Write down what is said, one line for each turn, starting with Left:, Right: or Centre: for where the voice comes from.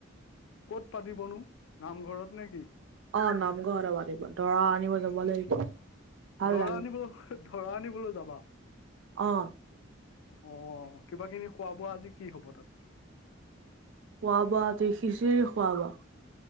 Left: ক'ত পাতিবনো নামঘৰত নে কি
Right: অ নামঘৰতে পাতিব দৰা আনিব যাব লাগিব ভাল
Left: দৰা
Right: লাগে
Left: আনিব দৰা আনিবলৈ যাবা
Right: অ
Left: অ কিবা কিবি খোৱা বোৱা আজি কি হ'ব তাত
Right: খোৱা বোৱা আনি খিচিৰি খোৱাব